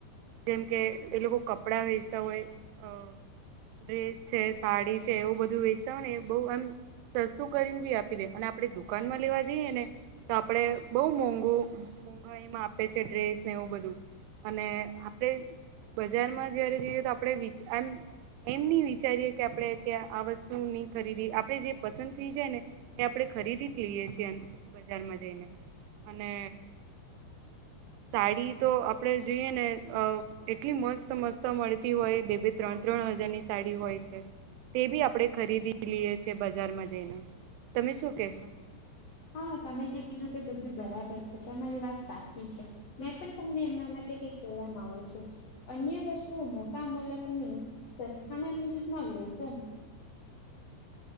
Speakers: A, on the right; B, on the left.
A: જેમ કે એ લોકો કપડા વેચતા હોય અ ડ્રેસ છે સાડી છે એવું બધું વેચતા હોય ને બહ એમ સસ્તું કરીને બી આપી દે અને આપણેે દુકાનમાં લેવા જઈએ ને તો આપડે બહુ મોંઘુ મોુંંઘાઈમાં આપે છે ડ્રેસ ને એવું બધું અને આપણે બજારમાં જયારે જઈએ તો આપણે એમ એમ નહી વિચારીએે કે આપણે ક્યા આ વસ્તુ નહી ખરીદી આપણે જે પસંદ થઈ જાય ને એ આપણેે, ખરીદી જ લઈએ છીએ બજારમાં જઈને અને સાડી તો આપડે જોઈએ ને અ એટલી મસ્ત મસ્ત મળતી હોય બે બે ત્રણ ત્રણ હજારની સાડી હોય છે તે બી આપણેે ખરીદી લઈએ છે બજારમાં જઈને તમે શું કેશો?
B: હા તમે જે કીધું તે બધું બરાબર છે, મારી વાત સાચી છે, મેં પણ તમને એમનામાં <unintelligible> માંગુ છું અન્ય વસ્તુઓ મોટા મોલકની સંસ્થાના નિમા લોકો.